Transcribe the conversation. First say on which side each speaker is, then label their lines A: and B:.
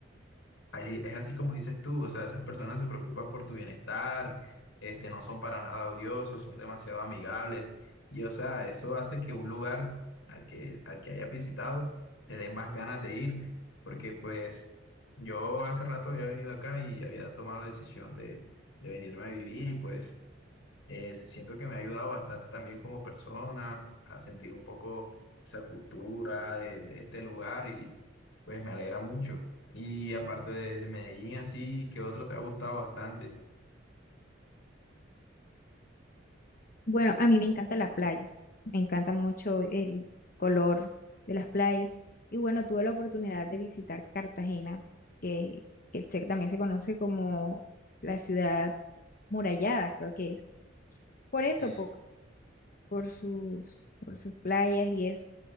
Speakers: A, on the left; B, on the left.
A: Ahí es así como dices tú, o sea, esas personas se preocupan por tu bienestar, este, no son para nada odiosos, son demasiado amigables y, o sea, eso hace que un lugar al que, al que hayas visitado te den más ganas de ir, porque pues yo hace rato había venido acá y había tomado la decisión de, de venirme a vivir y pues eh, siento que me ha ayudado bastante también como persona a sentir un poco esa cultura de, de este lugar y pues me alegra mucho. Y aparte de, de Medellín, así, ¿qué otro te ha gustado bastante?
B: Bueno, a mí me encanta la playa, me encanta mucho el color de las playas. Y bueno, tuve la oportunidad de visitar Cartagena, que, que se- también se conoce como la ciudad murallada, creo que es. Por eso,
A: Eh,
B: por, por sus, por sus playas y eso.